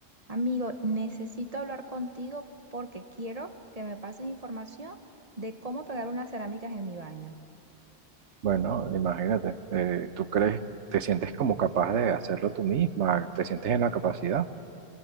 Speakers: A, on the right (about 35°); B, on the right (about 85°).
A: Amigo, necesito hablar contigo porque quiero que me pases información de cómo pegar unas cerámicas en mi baño.
B: Bueno, imagínate, eh, ¿tú crees, te sientes como capaz de hacerlo tú misma? ¿Te sientes en la capacidad?